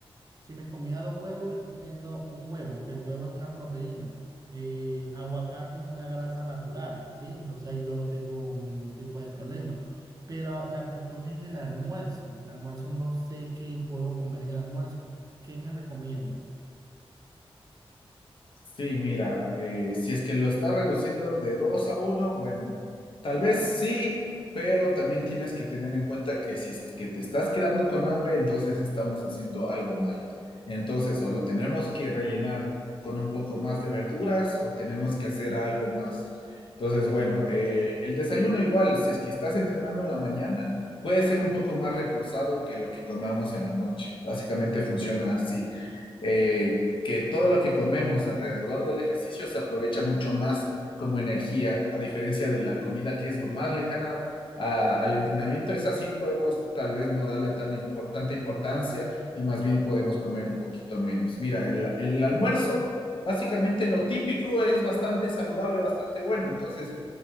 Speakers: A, on the right; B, on the left.
A: Si me comía dos huevos, me estoy comiendo un huevo, aunque el huevo es una proteína. Eh, aguacate es una grasa natural, ¿sí? Entonces ahí yo no tengo ningún tipo de problema. Pero la cuestión es el almuerzo. El almuerzo no sé qué puedo comer en el almuerzo. ¿Qué me recomiendas?
B: Sí, mira, eh, si es que lo estás reduciendo de 2 a uno, bueno, tal vez sí, pero también tienes que tener en cuenta que si es que te estás quedando con hambre, entonces estamos haciendo algo mal. Entonces, o lo tenemos que rellenar con un poco más de verduras o tenemos que hacer algo más. Entonces, bueno, eh, el desayuno igual, si es que estás entrenando en la mañana, puede ser un poco más reforzado que lo que comamos en la noche. Básicamente funciona así. Eh, que todo lo que comemos alrededor del ejercicio se aprovecha mucho más como energía, a diferencia de la comida que es lo más lejana a- al entrenamiento. Es así, podemos tal vez no darle tan impor- tanta importancia y más bien podemos comer un poquito menos. Mira, el, el almuerzo, básicamente lo típico es bastante saludable, bastante bueno. Entonces,